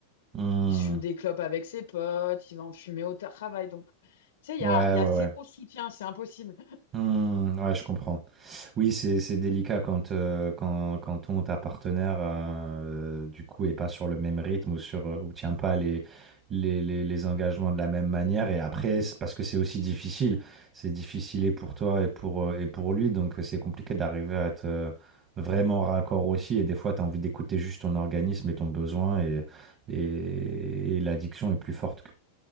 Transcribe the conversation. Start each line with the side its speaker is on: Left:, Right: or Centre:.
Right: hmm,
Left: il fume des clopes avec ses potes, il va en fumer au travail. Donc, tu sais, il
Right: Ouais,
Left: y a, il y
Right: ouais,
Left: a zéro
Right: ouais.
Left: soutien, c'est impossible.
Right: Hmm, ouais, je comprends. Oui, c'est c'est délicat quand, euh, quand, quand ton ou ta partenaire, euh, du coup, est pas sur le même rythme ou sur, euh, ou tient pas les, les, les, les engagements de la même manière. Et après, c'est parce que c'est aussi difficile. C'est difficile et pour toi et pour, euh, et pour lui. Donc, euh, c'est compliqué d'arriver à être euh, vraiment raccord aussi. Et des fois, tu as envie d'écouter juste ton organisme et ton besoin. Et, et, et l'addiction est plus forte